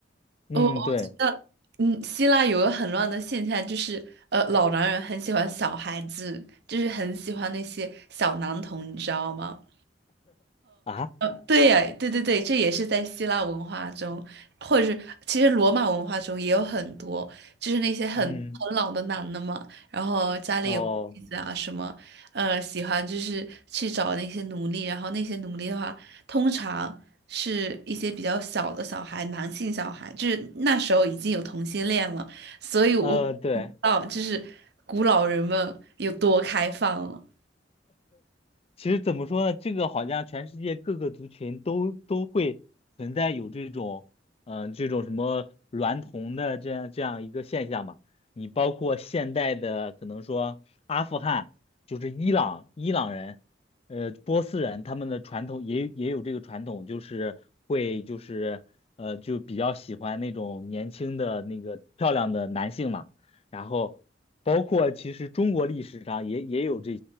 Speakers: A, on the left; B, on the right.
A: 嗯，
B: 我我觉得，
A: 对
B: 嗯，希腊有个很乱的现象，就是呃，老男人很喜欢小孩子，就是很喜欢那些小男童，你知道吗？
A: 啊，
B: 呃，对呀，对对对，这也是在希腊文化中，或者是其实罗马文化中也有很多，就是那些很很老的男的嘛，
A: 嗯，
B: 然后家里有妻子啊什么，
A: 哦，
B: 呃，喜欢就是去找那些奴隶，然后那些奴隶的话，通常是一些比较小的小孩，男性小孩，就是那时候已经有同性恋了，所以我不知道就是古老人们有多开放了。
A: 呃，对。其实怎么说呢？这个好像全世界各个族群都都会存在有这种，嗯、这种什么娈童的这样这样一个现象嘛。你包括现代的，可能说阿富汗，就是伊朗伊朗人，呃，波斯人，他们的传统也也有这个传统，就是会就是呃就比较喜欢那种年轻的那个漂亮的男性嘛。然后包括其实中国历史上也也有这